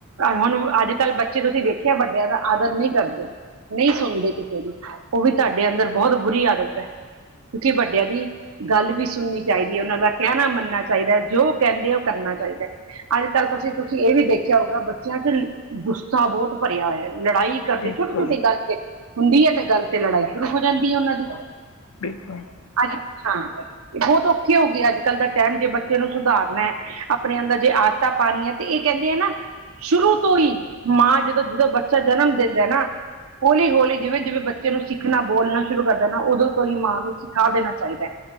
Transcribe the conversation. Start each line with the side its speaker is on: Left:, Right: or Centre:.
Right: ਹੁਣ ਅੱਜ ਕੱਲ੍ਹ ਬੱਚੇ ਤੁਸੀਂ ਵੇਖੇ ਏ ਵੱਡੇਆਂ ਦਾ ਆਦਰ ਨਹੀਂ ਕਰਦੇ ਨਹੀਂ ਸੁਣਦੇ ਕਿਸੇ ਦੀ। ਉਹ ਵੀ ਤਾਡੇ ਅੰਦਰ ਬਹੁਤ ਬੁਰੀ ਆਦਤ ਹੈ ਕਿਉਂਕਿ ਵੱਡੇਆਂ ਦੀ ਗੱਲ ਵੀ ਸੁਣਨੀ ਚਾਈਦੀ ਹੈ ਉਹਨਾਂ ਦਾ ਕਹਿਣਾ ਮੰਨਣਾ ਚਾਈਦਾ ਜੋ ਕਹਿੰਦੇ ਏ ਉਹ ਕਰਨਾ ਚਾਹੀਦਾ ਹੈ। ਅੱਜ ਕੱਲ ਤੁਸੀਂ ਤੁਸੀਂ ਇਹ ਵੀ ਦੇਖਿਆ ਹੋਊਗਾ ਬੱਚਿਆਂ ਚ ਗੁੱਸਾ ਬਹੁਤ ਭਰਿਆ ਹੋਇਆ ਲੜਾਈ ਕਰਦੇ
Left: ਬਿਲਕੁਲ
Right: ਛੋਟੀ ਛੋਟੀ ਗੱਲ ਤੇ ਹੁੰਦੀ ਏ ਤੇ ਗੱਲ ਤੇ ਲੜਾਈ ਸ਼ੁਰੂ ਹੋ ਜਾਂਦੀ ਹੈ ਉਹਨਾਂ ਦੀ
Left: ਬਿਲਕੁਲ <unintelligible>
Right: ਅੱਜ ਹਾਂ ਬਹੁਤ ਔਖੇ ਹੋ ਗਏ ਅੱਜ ਕੱਲ੍ਹ ਦਾ ਟਾਈਮ ਜੇ ਬੱਚੇ ਨੂੰ ਸੁਧਾਰਨਾਹ ਏ। ਆਪਣੇ ਅੰਦਰ ਜੇ ਆਦਤਾਂ ਪਾਣੀ ਐ ਤੇ ਏ ਕੇਂਦੇ ਆ ਨਾ ਸ਼ੁਰੂ ਤੋਂ ਹੀ ਮਾਂ ਜਦੋਂ ਜਦੋਂ ਬੱਚਾ ਜਨਮ ਦਿੰਦਾ ਏ ਨਾ ਹੌਲੀ -ਹੌਲੀ ਜਿਵੇਂ- ਜਿਵੇਂ ਬੱਚੇ ਨੂੰ ਸਿੱਖਨਾ ਬੋਲਨਾ ਸ਼ੁਰੂ ਕਰਦਾ ਨਾ ਉਦੋਂ ਤੋਂ ਹੀ ਮਾਂ ਨੂੰ ਸਿਖਾ ਦੇਣਾ ਚਾਹੀਦਾ ਏ